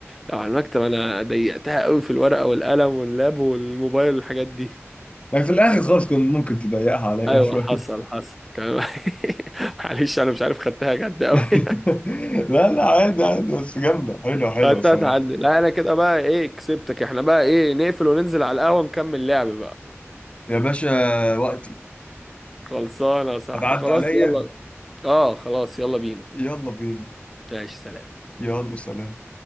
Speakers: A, in the centre; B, on the left.
A: لو على المكتب انا ضيقتها قوي في الورقه والقلم واللاب والموبايل والحاجات دي
B: لكن في الاخر خالص كنت ممكن تضيقها عليا
A: ايوه
B: شويه
A: حصل حصل كان- <laughs> معلش انا مش عارف خدتها جد قوي
B: <laughs>
A: <laughs>
B: لا لا عادي عادي بس جامده حلوه حلوه
A: خدتها
B: الصراحه
A: تعدي لا انا كده بقى ايه كسبتك احنا بقى ايه نقفل وننزل على القهوه نكمل لعب بقى
B: يا باشا وقتي
A: خلصانه يا صاحبي
B: هتعدي
A: خلاص
B: عليا
A: يلا اه خلاص يلا بينا
B: يلا بينا
A: ماشي سلام
B: يلا سلام